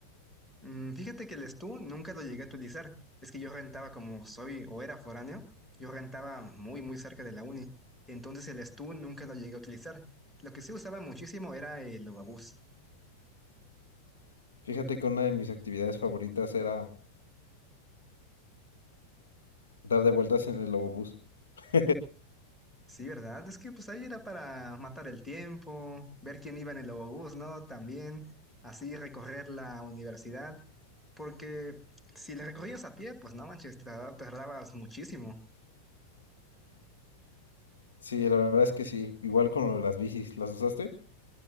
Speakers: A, in the centre; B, on the left.
A: Mm, Fíjate que el Stu nunca lo llegué a utilizar. Es que yo rentaba como soy o era foráneo, yo rentaba muy, muy cerca de la uni. Entonces el Stu nunca lo llegué a utilizar. Lo que sí usaba muchísimo era el Ovabús.
B: Fíjate que una de mis actividades favoritas era dar de vueltas en el Lobobús. <laughs>
A: Sí, ¿verdad? Es que pues ahí era para matar el tiempo, ver quién iba en el Ovabús, ¿no? También así recorrer la universidad. Porque si le recorrías a pie, pues no manches, te tarda- tardabas muchísimo.
B: Sí, la verdad es que sí. Igual con lo de las bicis, ¿las usaste?